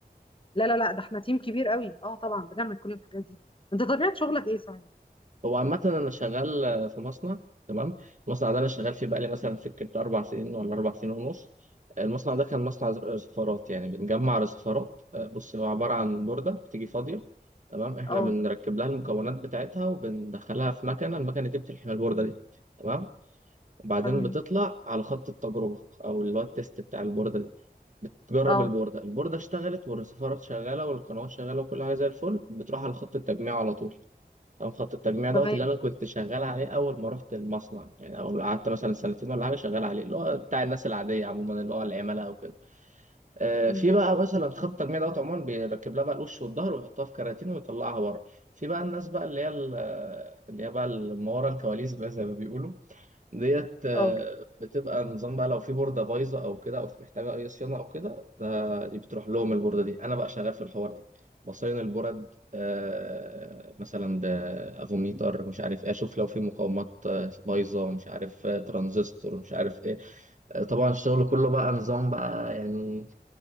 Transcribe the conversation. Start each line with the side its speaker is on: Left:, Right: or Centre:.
Left: لا لا لا ده احنا تيم كبير قوي اه طبعا بنعمل كل الحاجات دي انت طبيعه شغلك ايه صحيح
Right: هو عامة انا شغال آه، في مصنع تمام المصنع ده انا شغال فيه بقالي مثلا سكة اربع سنين ولا اربع سنين ونص المصنع ده كان مصنع زر- رصفارات يعني بنجمع رصفارات آه، بص هو عبارة عن بوردة بتيجي فاضية تمام احنا
Left: اه
Right: بنركب لها المكونات بتاعتها وبندخلها في مكنة المكنة دي بتلحم البوردة دي تمام وبعدين
Left: تمام
Right: بتطلع على خط التجربة او اللي هو التيست بتاع البوردة دي. بتجرب
Left: اه
Right: البوردة البوردة اشتغلت والرسيفرات شغالة والقنوات شغالة وكل حاجة زي الفل بتروح على خط التجميع على طول تمام خط التجميع
Left: تمام
Right: دوت اللي أنا كنت شغال عليه أول ما رحت المصنع يعني أول ما قعدت مثلا سنتين ولا حاجة شغال عليه اللي هو بتاع الناس العادية عموما اللي هو العملاء أو كده آه
Left: مم.
Right: في بقى مثلا خط التجميع دوت عموما بيركب لها بقى الوش والظهر ويحطها في كراتين ويطلعها بره في بقى الناس بقى اللي هي ال- اللي هي بقى اللي ما ورا الكواليس بقى زي ما بيقولوا ديت آه،
Left: اه
Right: بتبقى نظام بقى لو في بوردة بايظة أو كده أو في محتاجة أي صيانة أو كده ده دي بتروح لهم البوردة دي أنا بقى شغال في الحوار ده بصين البورد آه، مثلا بأفوميتر مش عارف إيه أشوف لو في مقاومات آه، بايظة مش عارف آه، ترانزستور مش عارف إيه آه، طبعا الشغل كله بقى نظام بقى يعني